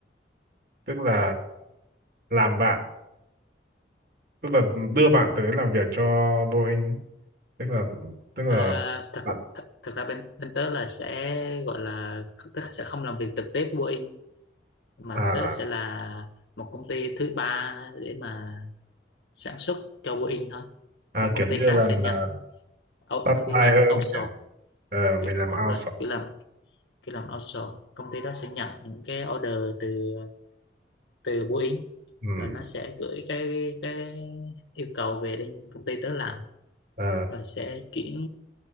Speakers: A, on the right; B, on the left.
A: tức là làm bạn tức là đưa bạn tới làm việc cho Boeing ấy. tức là tức là
B: à, thật,
A: bạn
B: thật thật ra bên bên tớ là sẽ gọi là tớ sẽ không làm việc trực tiếp với Boeing mà
A: à,
B: tớ sẽ là một công ty thứ ba để mà sản xuất cho Boeing thôi
A: à
B: một
A: kiểu
B: công ty
A: như
B: khác
A: là
B: sẽ nhận
A: là
B: out-
A: supply
B: kiểu làm
A: hơn
B: outsource
A: Ờ, mình
B: kiểu,
A: làm
B: kiểu
A: outsource
B: là kiểu làm khi làm outsource công ty đó sẽ nhận những cái order từ từ Boeing
A: ừ.
B: rồi nó sẽ gửi cái cái yêu cầu về đến công ty tớ làm
A: ờ.
B: rồi sẽ chuyển